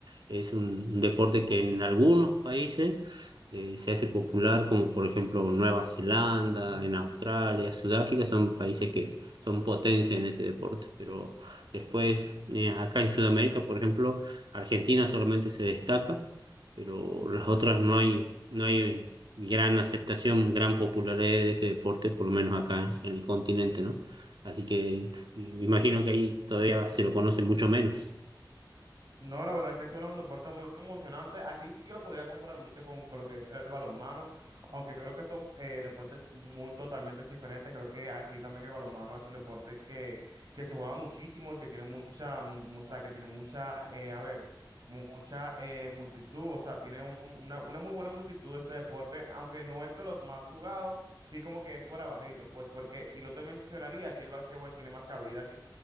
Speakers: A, on the right (about 70°); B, on the right (about 55°).
A: Es un, un deporte que en algunos países eh, se hace popular, como por ejemplo Nueva Zelanda, en Australia, Sudáfrica, son países que son potencia en ese deporte. Pero después, eh, acá en Sudamérica, por ejemplo, Argentina solamente se destaca, pero las otras no hay, no hay gran aceptación, gran popularidad de este deporte, por lo menos acá en el continente, ¿no? Así que y- imagino que ahí todavía se lo conoce mucho menos.
B: No, la verdad que es un deporte muy emocionante. Aquí sí que lo podría comprar mucho con, con lo que es el balonmano, aunque creo que son eh, deportes muy totalmente diferentes. Creo que aquí también el balonmano es un deporte que, que se juega muchísimo y que tiene mucha, mu- o sea, que tiene mucha, eh, a ver, mucha eh, multitud. O sea, tiene un- una, una muy buena multitud este deporte, aunque no es de los más jugados, sí como que es por abajito, pues porque si yo te mencionaría que el básquetbol tiene más cabida